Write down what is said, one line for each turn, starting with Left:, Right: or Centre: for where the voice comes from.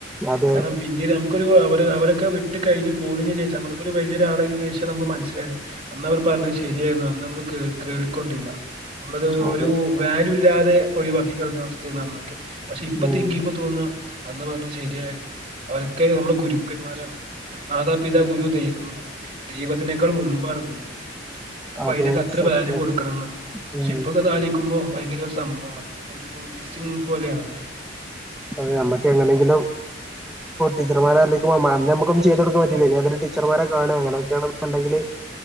Centre: അതെ
Right: കാരണം പിന്നീട് നമുക്കൊരു അവര് അവരൊക്കെ വി ഇട്ട് കഴിഞ്ഞഞ് പോകുന്നതിനു ശേഷം നമ്മക്കൊരു വലിയൊരാളായതിനു ശേഷം നമുക്ക് മനസ്സിലായത് അന്ന് അവർ പറഞ്ഞത് ശരിയായിരുന്നു അന്ന് നമ്മള് കേ കേൾക്കൊണ്ടില്ല നമ്മളത്
Centre: അതെ
Right: ഒരു ല്ലാതെ ഒഴിവാക്കിക്കളഞ അവസ്ഥയായിരുന്നു അന്ന് പക്ഷെ ഇപ്പ
Centre: ഉം
Right: തിങ്ക് ചെയ്യുമ്പോ തോന്നു അന്ന് പറഞ്ഞ ശരിയായിരുന്നു അവരൊക്കെ നമ്മുടെ ഗുരുക്കന്മാരാണ് മാതാപിതാ ഗുരു ദൈവം എന്നാണ് ദൈവത്തിനേക്കാൾ മുമ്പാണ് ഗുരു അപ്പൊ
Centre: അതെ
Right: അതിനൊക്കെ അത്ര
Centre: സത്യം
Right: വാല്യൂ കൊടുക്കണം എന്നാണ് പക്ഷെ
Centre: ഉം
Right: ഇപ്പൊ അതാലിക്കുമ്പോ ഭയങ്കര ഒരു സംഭവമാണ് ഒരു മിസ്സിംഗ് പോലെയാണല്ലേ
Centre: അതെ നമ്മുക്ക് എങ്ങനെങ്കിലും ടീർമാരെ അല്ലങ്ക അന്ന നമുക്ക ചെയ്ത് കൊടുക്കാൻ പറ്റില്ല ഇനി അതിൽ ടീച്ചർമാരെ കാണ അങ്ങനെൊക്കെയാണെന്നുണ്ടെങ്കില്